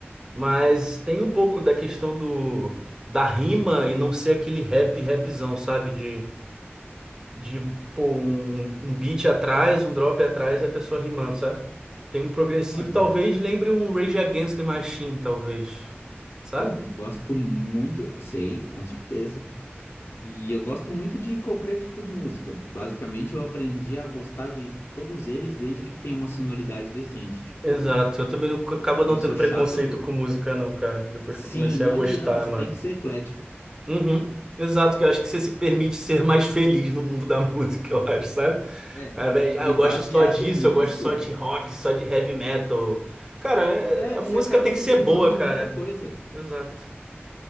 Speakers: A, on the right; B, on the left.
A: Mas tem um pouco da questão do, da rima e não ser aquele rap, rapzão, sabe? de pô, um, um beat atrás, um drop atrás e a pessoa rimando, sabe? Tem um progressivo,
B: mano,
A: talvez lembre um Rage Against the Machine, talvez, sabe?
B: eu gosto muito, sei, com certeza. E eu gosto muito de qualquer tipo de música. Basicamente, eu aprendi a gostar de todos eles desde que tenha uma sonoridade decente. Tipo,
A: Exato, eu também não, acabo não
B: eu
A: tendo
B: sou
A: preconceito
B: chato,
A: com música, não, cara. Depois
B: sim,
A: que eu comecei
B: não
A: a gostar,
B: adianta, você
A: mano.
B: tem que ser eclético.
A: Uhum. Exato, que eu acho que você se permite ser mais feliz no mundo da <laughs> música, eu acho, sabe?
B: É.
A: Ao invés de, ah,
B: E
A: eu gosto
B: baseado
A: só disso,
B: nisso,
A: eu gosto só de rock, só de heavy metal. Cara, é-
B: é,
A: a
B: você
A: música
B: acaba
A: tem
B: se
A: que ser
B: privando
A: boa,
B: de
A: cara.
B: muita coisa.
A: Exato,